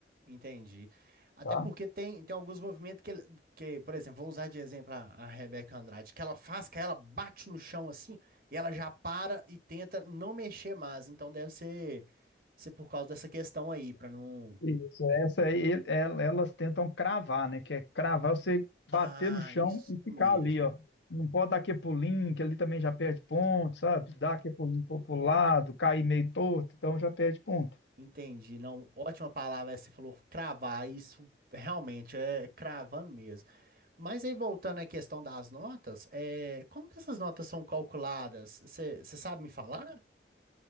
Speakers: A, on the right; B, on the left.
A: Entendi. Até
B: tá?
A: porque tem, tem alguns movimentos que, ele- que, por exemplo, vou usar de exemplo a, a Rebeca Andrade, que ela faz, que ela bate no chão assim, e ela já para e tenta não mexer mais. Então deve ser, ser por causa dessa questão aí, pra não.
B: Isso, essa aí, e- el- elas tentam cravar, né? Que é cravar você
A: Ah,
B: bater no chão
A: isso
B: e ficar
A: mesmo.
B: ali, ó. Não pode dar aquele pulinho, que ali também já perde ponto, sabe? Dar aquele pulinho pro pro lado, cair meio torto, então já perde ponto.
A: Entendi, não, ótima palavra essa, que você falou cravar, isso realmente é cravando mesmo. Mas aí voltando à questão das notas, é, como que essas notas são calculadas? Você sabe me falar?